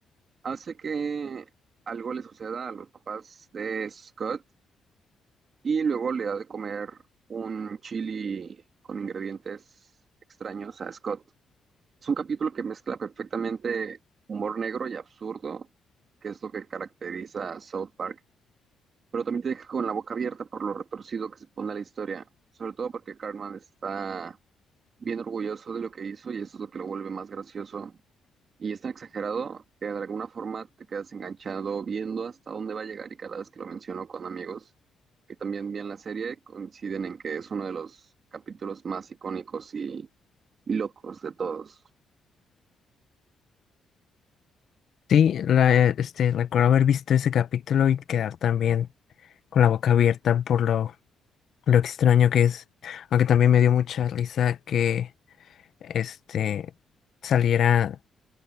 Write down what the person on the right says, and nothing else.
Hace que algo le suceda a los papás de Scott y luego le da de comer un chili con ingredientes extraños a Scott. Es un capítulo que mezcla perfectamente humor negro y absurdo, que es lo que caracteriza a South Park, pero también te deja con la boca abierta por lo retorcido que se pone la historia, sobre todo porque Cartman está bien orgulloso de lo que hizo y eso es lo que lo vuelve más gracioso. Y es tan exagerado que de alguna forma te quedas enganchado viendo hasta dónde va a llegar y cada vez que lo menciono con amigos que también ven la serie coinciden en que es uno de los capítulos más icónicos y locos de todos.